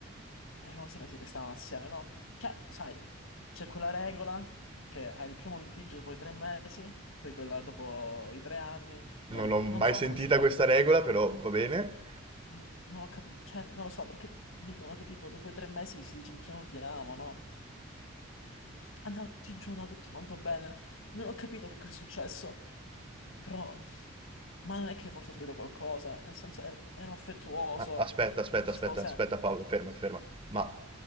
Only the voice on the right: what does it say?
Non l'ho mai
sentita
questa regola, però va bene.
Ma Aspetta, aspetta,
aspetta,
aspetta Paolo, ferma, ferma. Ma